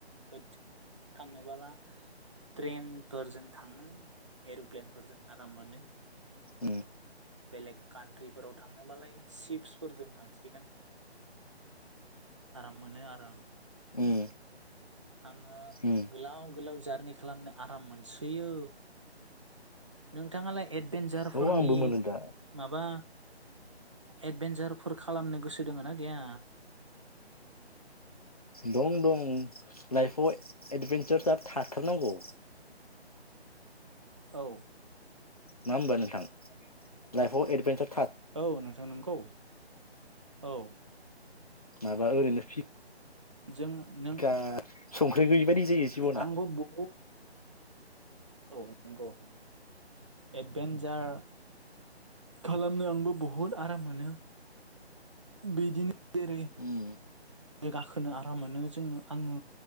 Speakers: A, on the right; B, on the left.
A: <inaudible> थांनोबोला ट्रेनफोरजों थांङो। एर'प्लेनफोरजों आराम मोनो।
B: उम
A: बेलेग कानन्ट्रिफोराव थांनोबालाय सिशपसफोरजों थांसिगोन। आराम मोनो आरो आं।
B: उम।
A: आंङो
B: उम
A: गोलाव-गोलाव जारनि खालामनो आराम मोनसोयो। नोंथांङालाय एडभेनजारफोरनि
B: औ आंबो मोनो दा
A: माबा एडभेन्सारफोर खालामनो गोसो दोङ ना गैया?
B: दं दं लाइफआव एडभन्सारा थाथारनांगौ।
A: औ।
B: मा होमबा नोंथां लाइफआव एदभेन्सार
A: औ नोंथां नंगौ। औ।
B: माबा ओरैनो
A: जों नों
B: फिखार संख्रि गैयि बायदि जायो जिबना
A: आंबो बहुद औ नंगौ एडभेन्सार खालामनो आंबो बहुत आराम मोनो बिदिनो जेरै
B: उम
A: गाखोनो आराम मोनो जोङो आङो